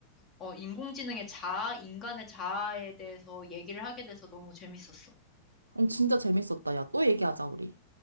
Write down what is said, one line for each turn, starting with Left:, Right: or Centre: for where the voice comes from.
Left: 어 인공지능의 자아, 인간의 자아에 대해서 얘기를 하게 돼서 너무 재밌었어.
Right: 어, 진짜 재밌었다. 야, 또 얘기하자, 우리.